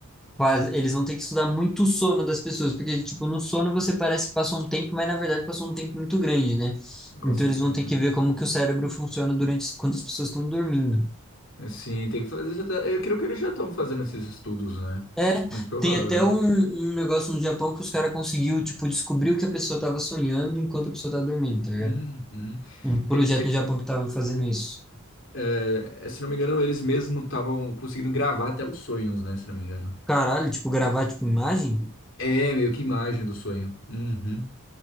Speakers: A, in the centre; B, on the left (about 55°).
A: Quase- Eles vão ter que estudar muito o sono das pessoas, porque, tipo, no sono você parece que passou um tempo, mas na verdade passou um tempo muito grande, né?
B: com
A: Então
B: certeza.
A: eles vão ter que ver como que o cérebro funciona durante quando as pessoas estão dormindo.
B: É, Sim, tem que fazer. já tá- Eu creio que eles já estão fazendo esses estudos, né?
A: É,
B: Mas provável.
A: tem até um, um negócio no Japão que os caras conseguiu, tipo, descobrir o que a pessoa tava sonhando enquanto a pessoa tava dormindo, tá ligado?
B: Uhum.
A: Um projeto
B: Tem- tem-
A: no Japão que tava fazendo isso.
B: é, se não me engano, eles mesmos estavam conseguindo gravar até os sonhos, né? Se não me engano.
A: Caralho, tipo, gravar, tipo, imagem
B: É, meio que imagem do sonho. Uhum.